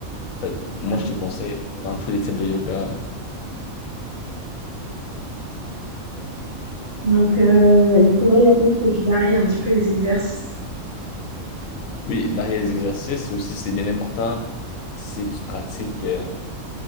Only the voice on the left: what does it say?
Fait que moi,
je te conseille dans tous les types de yoga. hein.
Oui, varier les exercices et aussi, c'est bien important si tu pratiques euh,